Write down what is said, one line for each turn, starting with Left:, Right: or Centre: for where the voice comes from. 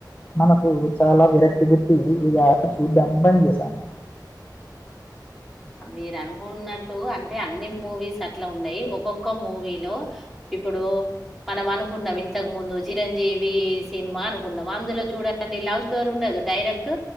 Left: మనకు చాలా విరక్తి బుట్టి ఇద చూడ్డమ్ బంద్ చేసాను
Centre: మీర్ అనుకున్నట్ టు అంటే అన్ని మూవీస్ అట్ల ఉన్నాయి. ఒక్కొక్క మూవీలో ఇప్పుడు మనం అనుకున్నాం ఇంతకు ముందు చిరంజీవి సినిమా అనుకున్నాం అందులో చూడండి లవ్ స్టోరీ ఉండదు డైరెక్ట్